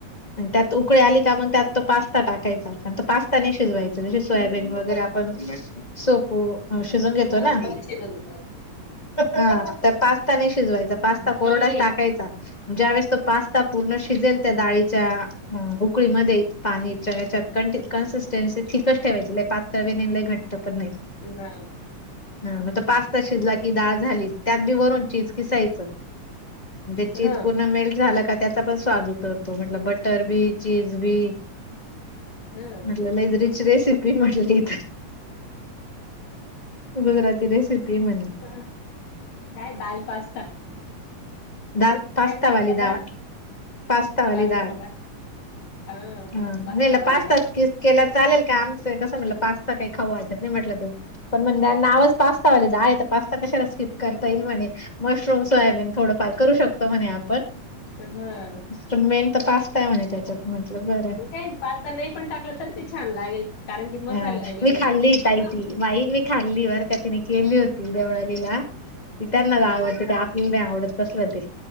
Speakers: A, on the left (about 20°); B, on the left (about 85°).
A: आणि त्यात उकळी आली का मग त्यात त पाच स्ता टाकायचा आपण तर पास्ताने शिजवायच जसे सोयाबीन वगैरे आपण सोपो मग
B: हा
A: शिजून घेतो
B: हा
A: ना.
B: पहिले शिजवून
A: ह पास्ता नाही शिजवायचा, पास्ता
B: हां,
A: कोरडा टाक खायचा ज्या वळेस तो पास्ता पूर्ण शिजेल, त्या डाळीच्या उकळीमध्ये पाणीच्या
B: हां.
A: कन्सिस्टन्सी थिकच ठेवायची पातळ बी नाय घट्ट पण नाही.
B: बर
A: हा मग त पास्ता शिजला की डाळ झाली, त्यात बी वरून चीज किसायचं. म्हणजे चीज
B: हां,
A: पूर्ण मेल्ट झाला का त्याचा पण स्वाद उतरतो म्हटलं बटर बी, चीज बी
B: हां.
A: म्हणले लइ रिच रेसिपी म्हटलं ही तर गुजराती रेसिपी आहे म्हणे
B: हां, काय दाल पास्ता.
A: दाळ, पास्ता
B: काय
A: वाली
B: दाल
A: डाळ, पास्ता वाली
B: पास्त्याला
A: डाळ
B: हां,
A: हा
B: पास्तावाली
A: मेला पास्ता
B: दाल.
A: अस क केला चालेल का आमचं कसं म्हटलं पास्ता काही खाऊ वाटत नाही म्हटलं ते पण म्हण त्यांना आज पास्तावाले द आहे तर पास्ता कशाला स्किप करता येईल म्हणे मशरूम सोयाबीन थोडंफार करू शकतो म्हणे आपण
B: हां,
A: पण मेन तर पास्ताय म्हणे त्याच्यात, म्हटलं बरं.
B: काही नाही, पास्ता नाही पण टाकलं तरी ते छान लागेल. कारण की मसाले
A: हा
B: आणि
A: मी खाल्लीय ताई
B: हां,
A: ती
B: मग
A: मी खाल्ली बर का तिने केली होती देवळलीला ती त्यांना
B: हां,
A: गावाकडे आवड नाही आवडत तसलं तर